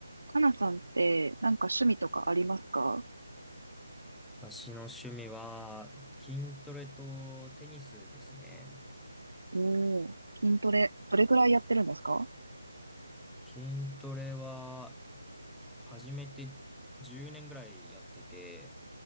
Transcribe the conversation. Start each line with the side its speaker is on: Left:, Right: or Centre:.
Right: かなさんって、なんか趣味とかありますか
Centre: 私の趣味は筋トレとテニスですね。
Right: おおー、筋トレ、どれぐらいやってるんですか
Centre: 筋トレは始めて10年ぐらいやってて、